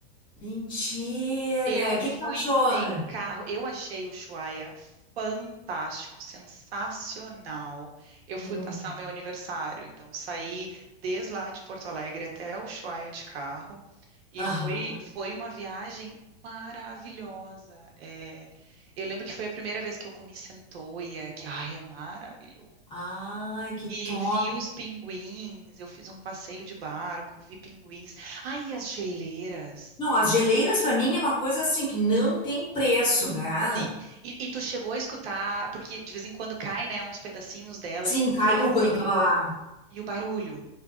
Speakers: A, on the left (about 15°); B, on the right (about 80°).
A: Mentira!
B: Eu
A: O que que tu
B: fui
A: achou?
B: de carro. Eu achei o Ushuaia fantástico, sensacional. Eu fui
A: Hum,
B: passar meu aniversário, então saí desde lá de Porto Alegre até o Ushuaia de carro e
A: Aham.
B: foi foi uma viagem maravilhosa. É, eu lembro que foi a primeira vez que eu comi centoia, que ai, é maravilhoso.
A: Ai, que
B: E
A: top!
B: vi os pinguins, eu fiz um passeio de barco, vi pinguins. Ai, e as geleiras.
A: Não, as geleiras pra mim é uma coisa assim que não tem preço, né?
B: Sim. E, e tu chegou a escutar, porque de vez em quando cai, né, uns pedacinhos delas,
A: Sim,
B: e
A: caiu
B: o barulho,
A: quando eu tava lá.
B: e o barulho.